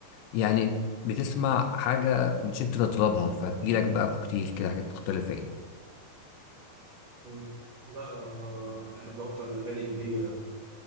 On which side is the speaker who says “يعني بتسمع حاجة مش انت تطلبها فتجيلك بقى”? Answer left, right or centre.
Left